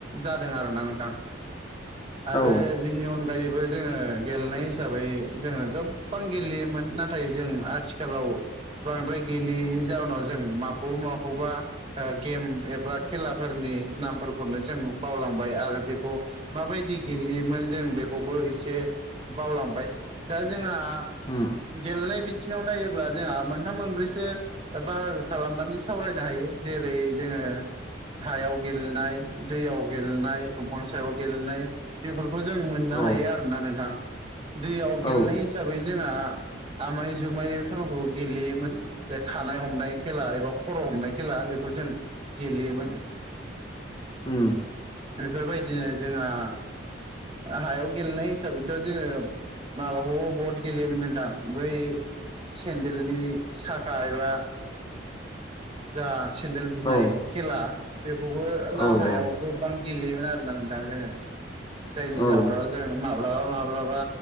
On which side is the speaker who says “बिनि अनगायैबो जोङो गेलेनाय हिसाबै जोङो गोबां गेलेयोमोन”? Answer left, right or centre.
Right